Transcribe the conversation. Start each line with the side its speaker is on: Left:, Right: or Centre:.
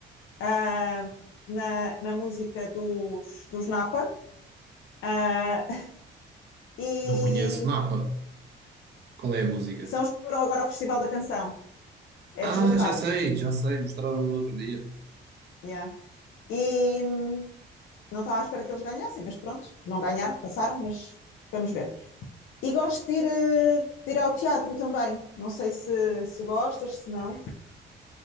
Left: ahm, na, na música dos, dos Napa. Ah, e
Right: Não conheço Napa. Qual é a música?
Left: são os que foram agora ao Festival da Canção. É
Right: Ah,
Left: deslocado.
Right: já sei, já sei, mostraram-me no outro dia.
Left: yeah. E hum, não estava à espera que eles ganhassem, mas pronto, não ganharam, passaram, mas vamos ver. E gosto de ir, eh, de ir ao teatro também. Não sei se, se gostas, se não.